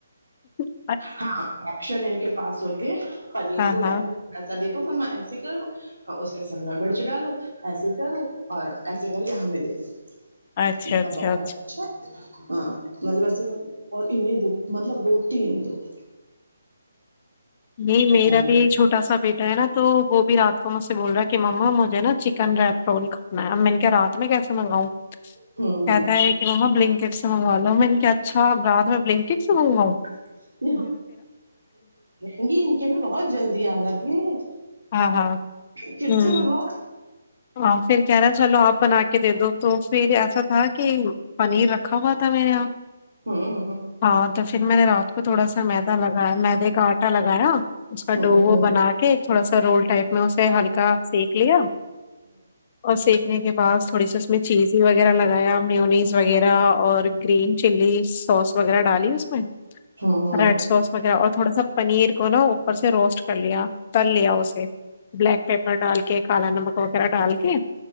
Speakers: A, on the left; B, on the right.
A: اچ
B: ہاں آپشن ان کے پاس ہوتے پنیر
A: ہاں
B: تو
A: ہاں
B: ایسے تھوڑا سا د مما ایسے کرو اور اس پہ شملہ مرچ ڈالو ایسے کرو اور ایسے کر کے ہمیں دے دو
A: اچھا
B: ایک
A: اچھا
B: کبات اچھا ہاں مطلب ا ر مطلب روٹی دو <inaudible>
A: نہیں
B: پتا
A: میرا بھی چھوٹا سا بیٹا ہے نا تو وہ بھی رات کو مجھ سے بول رہا ہے کہ مما مجھے نا چ کنرا رول کھاننا ہے اب میں نے کیا رات میں کیس منگاؤں
B: نہیں ہوں
A: کہتا ہے کہ مما بلنکٹ سے منگا لو میں نے کیا اچھا رات میں بلنکٹ سے منگاؤں
B: <inaudible> انگی ان کے میں بہت جلدی آ جاتی ہیں
A: ہاں ہاں
B: کٹ
A: ہ
B: سے بگاؤ
A: ہ پھر کہ رہا چلو آپ بنا کے دے دو تو پھر ایسا تھا کہ پنیر رکھا ہوا تھا میرے یہاں
B: ہ ہ
A: ہاں تو پھر میں نے را اس کو تھوڑا سا میدا لگایا مدے کا آٹا لگایا نا اس کا
B: ہ ہ
A: ڈ
B: ہ
A: وہ بنا کے تھوڑا سا رول ٹائپ میں اسے ہلکا سینک لیا اور سینکنے کے بعد تھوڑی سی اس میں چیزی وغیرہ لگایا پنیز وغیرہ اور گرین چلی سوس وغیرہ ڈالی میں ریڈ
B: ہ
A: سوس وغیرہ اور تھوڑا سا پنیر کو نا اوپر سے روسٹ چلیا تل لیا اسے بلیک پیپر ڈال کے کالا نمک پغیرا ٹال کے